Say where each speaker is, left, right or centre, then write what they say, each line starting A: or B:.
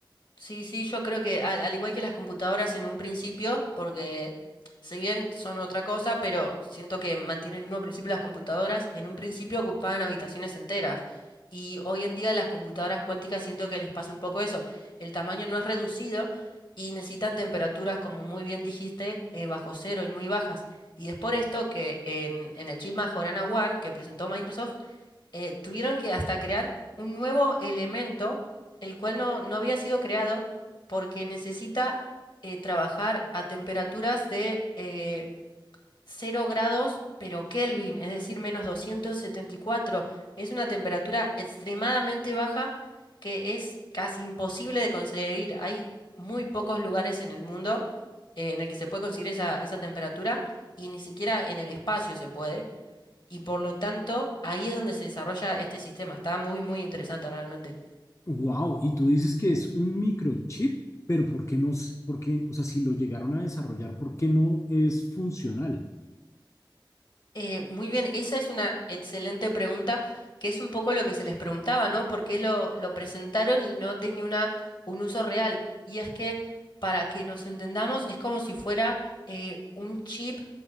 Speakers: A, on the left; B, on the left.
A: Sí, sí, yo creo que al, al igual que las computadoras en un principio, porque si bien son otra cosa, pero siento que mantienen el mismo principio las computadoras, en un principio ocupaban habitaciones enteras. Y hoy en día las computadoras cuánticas siento que les pasa un poco eso. El tamaño no es reducido y necesitan temperaturas, como muy bien dijiste, eh, bajo cero y muy bajas. Y es por esto que en, en el chip Majorana One que presentó Microsoft, eh, tuvieron que hasta crear un nuevo elemento, el cual no, no había sido creado porque necesita eh, trabajar a temperaturas de eh, 0 grados, pero Kelvin, es decir, menos 274. Es una temperatura extremadamente baja que es casi imposible de conseguir. Hay muy pocos lugares en el mundo eh, en el que se puede conseguir esa, esa temperatura y ni siquiera en el espacio se puede y por lo tanto ahí es donde se desarrolla este sistema. Está muy, muy interesante realmente.
B: Wow, y tú dices que es un microchip, pero ¿por qué no? es- por qué- o sea, si lo llegaron a desarrollar, ¿por qué no es funcional?
A: Eh, muy bien, esa es una excelente pregunta, que es un poco lo que se les preguntaba, ¿no? ¿Por qué lo, lo presentaron y no tenía una, un uso real? Y es que, para que nos entendamos, es como si fuera eh, un chip